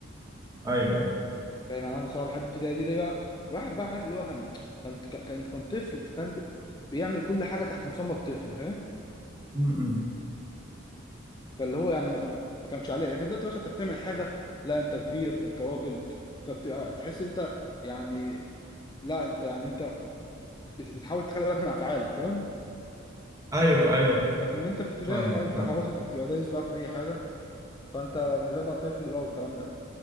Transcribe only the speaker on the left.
فاهم يعني انا بصراحه بحب الابتدائي دي ليه بقى الواحد بقى عارف اللي هو كان كان كان كان طفل فكان بي- بيعمل كل حاجه تحت مسمى الطفل فاهم
فاللي هو يعني ما ما كانش عليه لكن دلوقتي بس انت بتعمل حاجه لا انت كبير انت راجل فبتبقى تحس انت يعني لا انت يعني انت بت- بتحاول تخلي بالك من افعالك فاهم
لكن انت في ابتدائي
لا انت
خلاص انت بتبقى دايس بقى في اي حاجه فانت بالنسبه لك بقى الطفل بقى والكلام ده